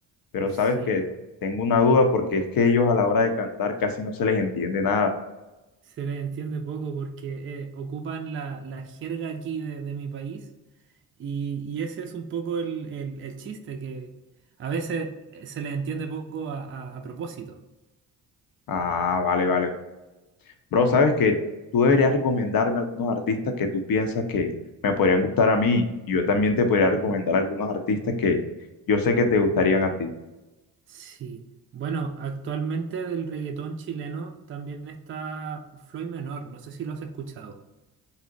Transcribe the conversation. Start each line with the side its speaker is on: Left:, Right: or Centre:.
Left: Pero
Right: Sí.
Left: sabes que tengo una duda porque es que ellos a la hora de cantar casi no se les entiende nada.
Right: Se les entiende poco porque eh, ocupan la, la jerga aquí de, de mi país y, y ese es un poco el, el- el chiste, que a veces eh, se les entiende poco a, a- a propósito.
Left: Ah, vale, vale, bro. Bro, sabes que tú deberías recomendarme algunos artistas que tú piensas que me podrían gustar a mí y yo también te podría recomendar algunos artistas que yo sé que te gustarían a ti.
Right: Sí. Bueno, actualmente del reggaetón chileno también está Floyd Menor, no sé si lo has escuchado.